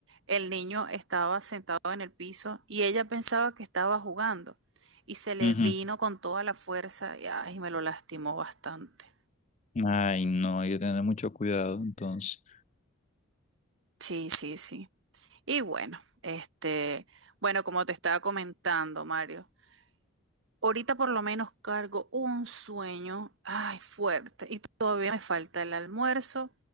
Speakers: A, on the right; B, on the left.
A: el niño estaba sentado en el piso y ella pensaba que estaba jugando y se le
B: Ujú.
A: vino con toda la fuerza y, ay, me lo lastimó bastante.
B: Ay, no, hay que tener mucho cuidado, entonces.
A: Sí, sí, sí. Y bueno, este, bueno, como te estaba comentando, Mario. Ahorita por lo menos cargo un sueño, ay, fuerte, y todavía me falta el almuerzo,